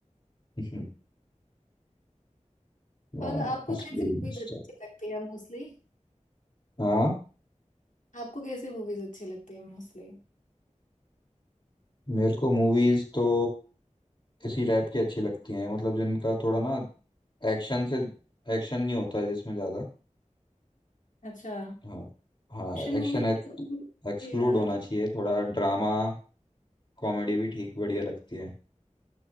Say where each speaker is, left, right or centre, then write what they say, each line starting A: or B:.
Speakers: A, on the left; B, on the left.
A: हम्म। <laughs> हाँ
B: मतलब आपको
A: उसकी
B: कैसी मूवीज
A: भी-
B: अच्छी लगती है मोस्टली
A: हाँ,
B: आपको कैसी मूवीज अच्छी लगती है मोस्टली
A: मेरे को मूवीज तो इसी टाइप की अच्छी लगती हैं मतलब जिनका थोड़ा ना एक्शन से एक्शन नहीं होता है जिसमें ज्यादा
B: अच्छा
A: हाँ हाँ
B: Action movie
A: एक्शन एक्सक्लूड
B: यार
A: होना चाहिए थोड़ा ड्रामा कॉमेडी भी ठीक बढ़िया लगती है